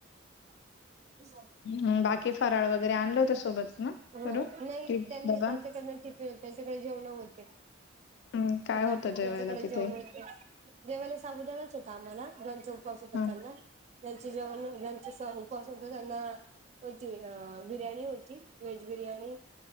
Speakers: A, on the right; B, on the left.
A: <inaudible>
B: हं बाकी फराळ वगरे आणलंवतं सोबत ना?
A: हो,
B: करून
A: नाही
B: कि
A: त्यांनी
B: डबा
A: त्यांच्याकडनं टिफिन त्यांच्याकडं जेवणं होते.
B: हम्म काय
A: सकाळ
B: होतं
A: पासून
B: जेवायला
A: त्यांच्याकडे
B: तिथे
A: जेवणं होते जेवाला साबुदाणाच होता आम्हाला, ज्यांचा उपवास होता
B: हम्म
A: त्यांना त्यांचे जेवण ज्यांचा उपास होता त्यांना पन अ बिर्याणी होती‌. व्हेज बिर्याणी